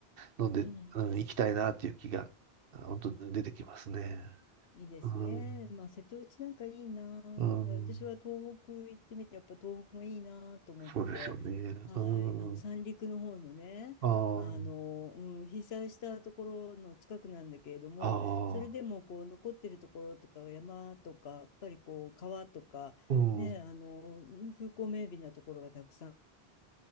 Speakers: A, on the right (about 65°); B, on the left (about 80°).
A: ので、
B: うん。
A: うん、行きたいなっていう気が、本当出てきますね。
B: いいですね。
A: うん、
B: まあ、瀬戸内なんかいいな。
A: うん、
B: 私は東北行ってみて、やっぱ東北もいいなと思って、
A: そうですよね。
B: はい、
A: うん、
B: あの三陸の方のね、
A: ああ。
B: あの、うん、被災したところの近くなんだけれども、
A: ああ、
B: それでもこう残ってるところとか山とか、やっぱりこう川とか、
A: うん、
B: ね、あの、風光明媚なところがたくさん